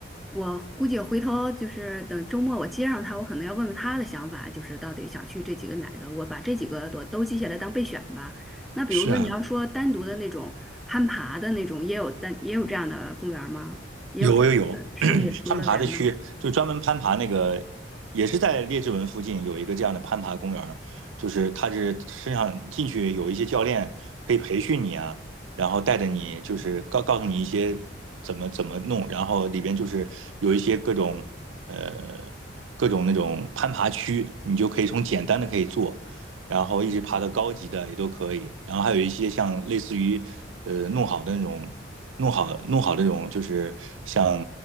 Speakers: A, in the centre; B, on the right.
A: 我估计回头就是等周末我接上他，我可能要问问他的想法，就是到底想去这几个哪个，我把这几个都都记下来当备选吧。那比如说你要说单独的那种攀爬的那种，
B: 是啊，
A: 也有单也有这样的公园吗？也有这样的室内游乐园吗？
B: 有有有，<clears throat> 攀爬的区就专门攀爬那个，也是在列治文附近有一个这样的攀爬公园儿，就是它是身上进去有一些教练可以培训你啊，然后带着你就是告告诉你一些怎么怎么弄，然后里边就是有一些各种呃各种那种攀爬区，你就可以从简单的可以做，然后一直爬到高级的也都可以，然后还有一些像类似于呃弄好的那种。弄好弄好这种就是像